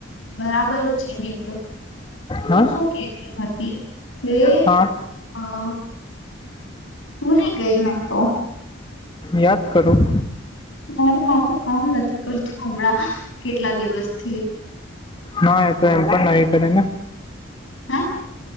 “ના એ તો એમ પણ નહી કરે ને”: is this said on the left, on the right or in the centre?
Left